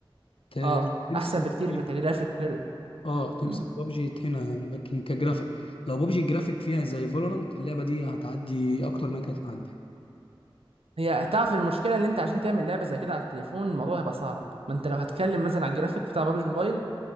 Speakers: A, on the left (about 75°); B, on the right (about 85°).
A: ت-
B: اه
A: تمسك
B: احسن
A: بابجي
B: بكتير من كجرافيك وكده
A: اه تمسك
B: مم.
A: بابجي هنا يعني لكن كجرافيك لو بابجي الجرافيك فيها زي فالورانت اللعبه دي هتعدي اكتر ما كانت معديه
B: هي هتعرف المشكله اللي انت عشان تعمل لعبه زي كده على التليفون الموضوع هيبقى صعب ما انت لو هتكلم مثلا على الجرافيك بتاع بابجي موبايل